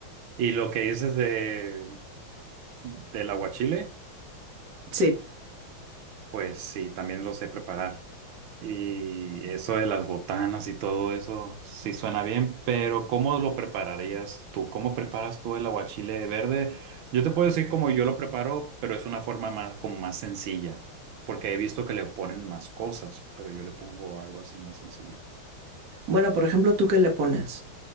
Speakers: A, on the right (about 75°); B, on the right (about 55°).
A: Y lo que dices de, del aguachile,
B: Sí.
A: pues sí, también lo sé preparar. Y eso de las botanas y todo eso, sí suena bien, pero ¿cómo lo prepararías tú? ¿Cómo preparas tú el aguachile verde? Yo te puedo decir cómo yo lo preparo, pero es una forma más, como más sencilla, porque he visto que le ponen más cosas, pero yo le pongo algo así más sencillo.
B: Bueno, por ejemplo, ¿tú qué le pones?